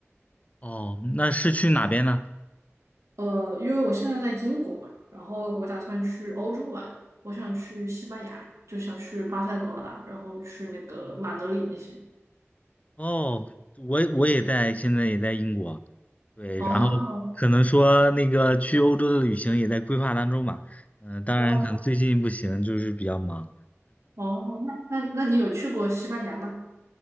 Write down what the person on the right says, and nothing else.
呃，因为我现在在英国嘛，然后我打算去欧洲玩，我想去西班牙，就想去巴塞罗那，然后去那个马德里那些。
哦，
哇，
哦，那那那你有去过西班牙吗？